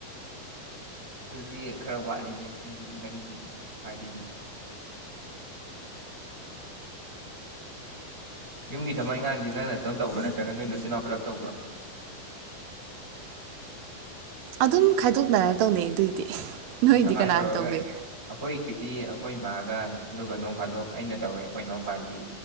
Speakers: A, on the right (about 15°); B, on the right (about 85°).
A: ꯑꯗꯨꯗꯤ ꯈꯔ ꯋꯥꯠꯂꯤꯅꯦ ꯅ ꯅꯪꯒꯤ ꯕꯥꯔꯗꯦꯗꯤ ꯌꯨꯝꯒꯤ ꯊꯕꯛ ꯏꯪꯈꯥꯡꯗꯤ ꯅꯪ ꯅꯇꯣꯝ ꯇꯧꯕ꯭ꯔꯥ ꯅꯠꯇ꯭ꯔꯒ ꯅꯣꯏ ꯅꯆꯤꯜ ꯅꯅꯥꯎ ꯄꯨꯂꯞ ꯇꯧꯕ꯭ꯔꯥ
B: ꯑꯗꯨꯝ ꯈꯥꯏꯗꯣꯛꯅꯔ ꯇꯧꯅꯩ ꯑꯗꯨꯏꯗꯤ ꯅꯣꯏꯗꯤ
A: ꯑꯃꯥꯏꯅ
B: ꯀꯅꯥꯅ
A: ꯇꯧꯔꯒ
B: ꯇꯧꯒꯦ
A: ꯑꯩꯈꯣꯏꯒꯤꯗꯤ ꯑꯩꯈꯣꯏ ꯏꯃꯥꯒ ꯑꯗꯨꯒ ꯅꯣꯡ ꯐꯥꯗꯣꯛ ꯑꯩꯅ ꯇꯧꯋꯦ ꯑꯩꯈꯣꯏ ꯏꯅꯥꯎꯄꯥꯗꯤ